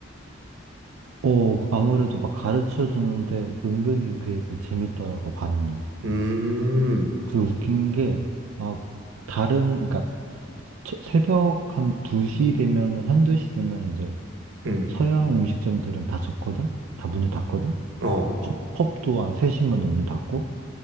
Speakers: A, on the right; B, on the right.
A: 어, 아무래도 막 가르쳐 주는데 은근히 그게 더 재밌더라고, 반응이.
B: 음.
A: 그리고 웃긴 게, 막, 다른, 그러니까, 저- 새벽 한 2시 되면, 한 2시 되면 이제
B: 음.
A: 서양 음식점들은 다 접거든? 다 문을 닫거든?
B: 어.
A: 펍, 펍 또한 3시만 문 닫고.